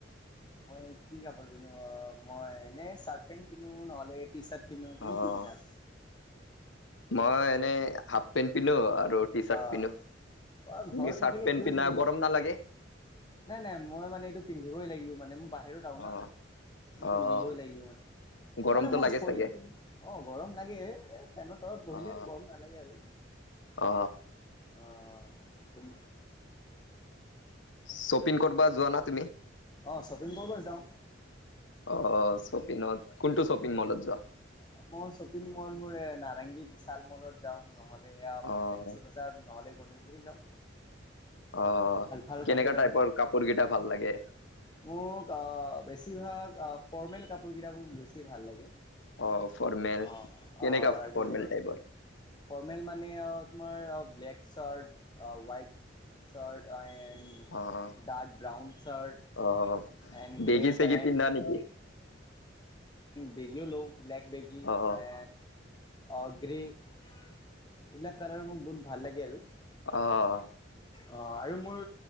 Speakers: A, on the left; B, on the left.
A: মই কি কাপোৰ পিন্ধো অ মই এনে চাৰ্ট পেণ্ট পিন্ধো নহলে টি চাৰ্ট পিন্ধো তুমি
B: অ
A: কি পিন্ধ না
B: মই এনেই হাফ পেণ্ট পিন্ধো আৰু আৰু টি চাৰ্ট
A: অ'
B: পিনো তুমি
A: অ' ঘৰত
B: চাৰ্ট
A: থাকিলে
B: পেন্ট
A: এইটোৱে
B: পিন্ধা
A: পিন্ধো।
B: গৰম নালাগে
A: নাই নাই মই মানে এইটো পিন্ধিবই লাগিব মানে মই বাহিৰত আহো়
B: অ'
A: না
B: অ'
A: পিন্ধিবই লাগিব মানে
B: গৰমটো
A: মানে মই
B: লাগে
A: স্পটিন
B: চাগে
A: কিনি অ গৰম লাগে এ ফেনৰ তলত বহিলে
B: অ'
A: গৰম নালাগে আৰু
B: অ
A: অ তুম
B: শ্বপিং কৰ বা যোৱা না তুমি
A: অ শ্বপিং কৰিব যাওঁ
B: অ শপিং নত কোনটো শ্বপিং মলত যোৱা
A: অ মই শ্বপিং মল মোৰ এ নাৰেংগী বিশাল মলত যাও নহ'লে এয়া
B: অ'
A: মই ফেঞ্চি বজাৰ নহলে গণেশগুৰি যাওঁ
B: অ'
A: ভাল ভাল
B: কেনেকা
A: কাপোৰ
B: টাইপৰ
A: আহে
B: কাপোৰ কেইটা ভাল লাগে?
A: মোক বেছি বেছিভাগ ফৰ্মেল কাপোৰ কেইটাবোৰ বেছি ভাল লাগে
B: অ' ফৰ্মেল
A: অ
B: কেনেকা
A: অ আৰু
B: ফৰ্মেল টাইপৰ?
A: ফৰ্মেল মানে অ তোমাৰ ব্লেক চাৰ্ট হোৱাইট চাৰ্ট
B: অ'
A: ডাৰ্ক ব্ৰাউন চাৰ্ট
B: অ'
A: এণ্ড
B: বেগি
A: গ্ৰে
B: চেগি
A: পেণ্ট
B: পিন্ধা নেকি
A: বেগিও লওঁ ব্লেক বেগী
B: অ'
A: এ অ গ্ৰে এইবিলাক কালাৰ মোক বোুত ভাল লাগে আৰু
B: অ'
A: অ আৰু মোৰ